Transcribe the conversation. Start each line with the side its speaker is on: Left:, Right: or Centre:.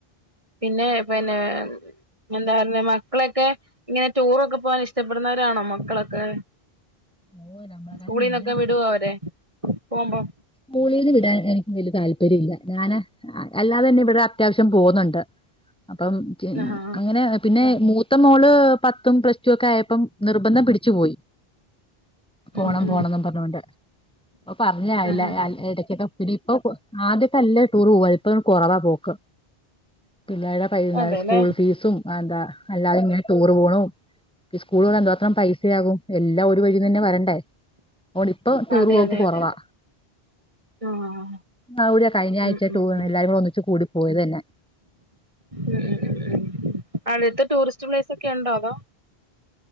Right: പിന്നെ പിന്നെ എന്താ പറ മക്കളൊക്കെ ഇങ്ങനെ ടൂറൊക്കെ പോകാൻ ഇഷ്ടപ്പെടുന്നവരാണോ മക്കളൊക്കെ
Centre: ഓ നമ്മളെക്കാട്ടും
Right: സ്കൂളീന്നൊക്കെ
Centre: മുന്നേ
Right: വിടുവോ അവരെ പോകുമ്പോ
Centre: സ്കൂളിന്ന് വിടാൻ എനിക്ക് വല്ല്യ താല്പര്യല്ല ഞാന് അല്ലാതെ തന്നെ ഇവിടെ അത്യാവശ്യം പോകുന്നുണ്ട് അപ്പം
Right: ആഹ്
Centre: അങ്ങനെ പിന്നെ മൂ ത്ത മോള് പത്തും പ്ലസ് ടു ഒക്കെ ആയപ്പം നിർബന്ധം പിടിച്ചു പോയി പോണം
Right: ഉം ഉം
Centre: പോണംന്നും പറഞ്ഞൊണ്ട്. അപ്പൊ പറഞ്ഞരാവില.
Right: ആഹ് ആഹ്
Centre: ഇട കൊക്കെ പിടി ഇപ്പൊ ആദ്യ നല്ല ടൂർ പോവ ഇപ്പൊ കൊറവാ പോക്ക്. പിന്നേടെ പൈ <unintelligible>
Right: അതെല്ലേ
Centre: സ്കൂൾ ഫീസും അന്താ അല്ലാതെ ഇങ്ങനെ ടൂറ് പോണു. ഈ സ്കൂളുകളിൽ എന്തോത്രം പൈസയാകും എല്ലാം ഒരു വഴീന്നന്നെ വരണ്ടേ. ഓന് ഇപ്പൊ ടൂർ
Right: അതെ
Centre: പോക്ക്
Right: അതെ
Centre: കൊറവാ
Right: അതെ അതെ ആഹ്
Centre: അവിടെയ് കഴിഞ്ഞാഴ്ച
Right: ഉം ഉം
Centre: ടൂർ
Right: ഉം ഉം
Centre: എല്ലാരും കൂടെ ഒന്നിച്ച് കൂടി പോയതന്നെ
Right: ഉം അടുത്ത്‌ ടൂറിസ്റ്റ് പ്ലേസ് ഒക്കെ ഒണ്ടോ അതോ